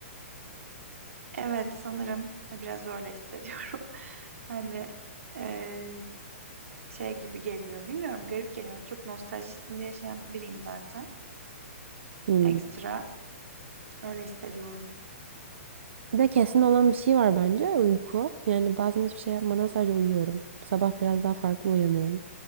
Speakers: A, on the right; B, on the right.
A: Evet sanırım e, biraz öyle hissediyorum. <laughs> Hani eee, şey gibi geliyor. Bilmiyorum garip geliyor. Çok nostaljisinde yaşayan biriyim zaten.
B: Hmm.
A: Ekstra öyle hissediyorum.
B: Bir de kesin olan bir şey var bence uyku. Yani bazen hiçbir şey yapmadan sadece uyuyorum. Sabah biraz daha farklı uyanıyorum.